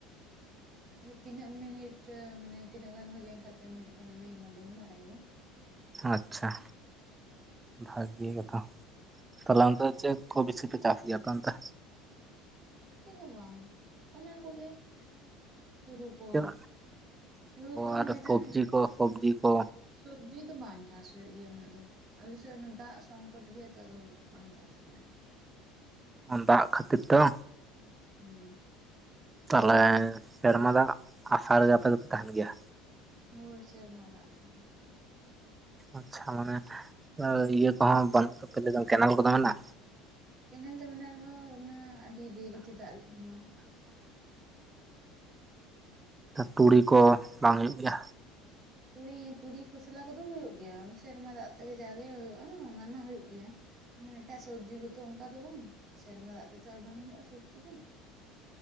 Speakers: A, on the right; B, on the right.
A: ᱟᱪᱪᱷᱟ ᱛᱤᱱᱟᱹᱜ ᱢᱤᱱᱤᱴ ᱢᱟᱱᱮ ᱛᱤᱱᱟᱹᱜ ᱜᱟᱱ ᱦᱩᱭ ᱞᱮᱱᱠᱷᱟᱱ ᱯᱮᱢᱮᱱᱴ ᱠᱚ ᱧᱟᱢᱟ ᱤᱧ ᱢᱟ ᱵᱟᱹᱧ ᱵᱟᱲᱟᱭᱟ
B: ᱟᱪᱪᱷᱟ ᱵᱷᱟᱜᱤ ᱜᱮᱛᱚ ᱛᱟᱦᱞᱮ ᱚᱱᱛᱮ ᱪᱮᱫ ᱠᱚᱩ ᱵᱮᱥᱤ ᱯᱮ ᱪᱟᱥ ᱜᱮᱭᱟᱛᱚ ᱚᱱᱛᱮ
A: ᱪᱮᱫ ᱦᱚᱸ ᱵᱟᱝ ᱮᱱᱟ ᱠᱚᱜᱮ ᱦᱩᱲᱩ ᱠᱚ
B: ᱪᱮᱫ
A: ᱦᱩᱲᱩ ᱠᱚ ᱚᱱᱮ
B: ᱟᱨ
A: ᱤᱧ ᱢᱮᱛᱟᱜ
B: ᱥᱚᱵᱽᱡᱤ
A: ᱢᱮ ᱫᱚ
B: ᱠᱚ ᱥᱚᱵᱽᱡᱤ ᱠᱚ
A: ᱥᱚᱵᱡᱤ ᱫᱚ ᱵᱟᱝ ᱪᱟᱥ ᱤᱭᱟᱹ ᱩᱱᱟᱹᱜ ᱫᱚ ᱟᱞᱮ ᱥᱮᱫ ᱫᱟᱜ ᱥᱚᱝᱠᱚᱴ ᱜᱮᱭᱟ ᱛᱚ ᱟᱫᱚ ᱵᱟᱝ ᱪᱟᱥ ᱦᱩᱭᱩᱜ-ᱟ
B: ᱫᱟᱜ ᱠᱷᱟᱹᱛᱤᱨ ᱛᱮ
A: ᱦᱮᱸ
B: ᱛᱟᱦᱚᱞᱮ ᱥᱮᱨᱢᱟ ᱫᱟᱜ ᱟᱥᱟ ᱨᱮᱜᱮ ᱟᱯᱮ ᱫᱚᱯᱮ ᱛᱟᱦᱮᱱ ᱜᱮᱭᱟ
A: ᱦᱳᱭ ᱥᱮᱨᱢᱟ ᱫᱟᱜ ᱟᱥᱟ
B: ᱟᱪᱪᱷᱟ ᱢᱟᱱᱮ ᱤᱭᱟᱹ ᱠᱚᱦᱚᱸ ᱵᱟᱹᱱᱩᱜ ᱛᱟᱯᱮ ᱞᱮᱠᱟ ᱠᱮᱱᱮᱞ ᱠᱚᱫᱚ ᱢᱮᱱᱟᱜ-ᱟ
A: ᱠᱮᱱᱮᱞ ᱫᱚ ᱢᱮᱱᱟᱜ ᱨᱮᱦᱚᱸ ᱚᱱᱟ ᱟᱹᱰᱤ ᱫᱮᱨᱤᱛᱮ ᱫᱟᱜ ᱞᱮ ᱧᱟᱢᱟ
B: ᱛᱩᱲᱤ ᱠᱚ ᱵᱟᱝ ᱦᱩᱭᱩᱜ ᱜᱮᱭᱟ
A: ᱛᱩᱲᱤ ᱛᱩᱲᱤ ᱠᱷᱚᱥᱞᱟ ᱠᱚᱫᱚ ᱦᱩᱭᱩᱜ ᱜᱮᱭᱟ ᱥᱮᱨᱢᱟ ᱫᱟᱜ ᱛᱮᱜᱮ ᱡᱟᱜᱮ ᱦᱩᱭᱩᱜ-ᱟ ᱚᱱᱟ ᱢᱟ ᱦᱩᱭᱩᱜ ᱜᱮᱭᱟ ᱢᱟᱱᱮ ᱮᱴᱟᱜ ᱥᱚᱵᱽᱡᱤ ᱠᱚᱛᱚ ᱚᱱᱠᱟ ᱫᱚ ᱵᱟᱝ ᱥᱮᱨᱢᱟ ᱫᱟᱜ ᱛᱮᱫᱚ ᱟᱨ ᱵᱟᱝ ᱦᱩᱭᱩᱜ-ᱟ ᱥᱚᱵᱽᱡᱤ <unintelligible>